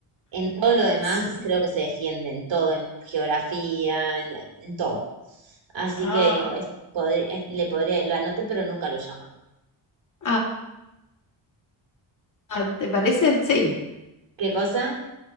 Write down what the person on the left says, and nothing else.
sí.
Ah,
ah, ah, ¿te parece? Sí.